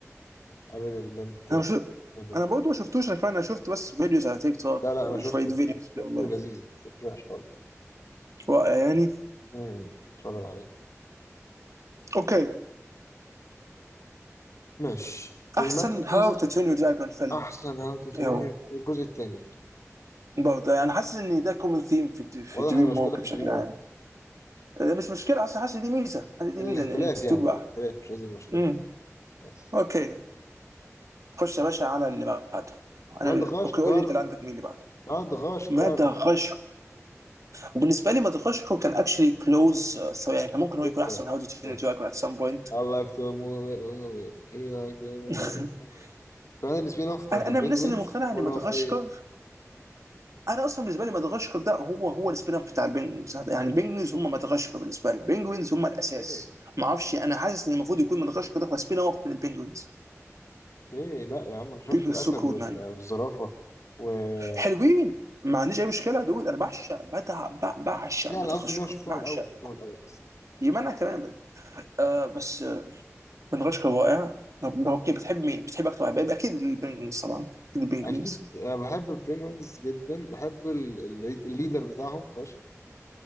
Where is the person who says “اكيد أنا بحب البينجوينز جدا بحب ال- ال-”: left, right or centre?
Left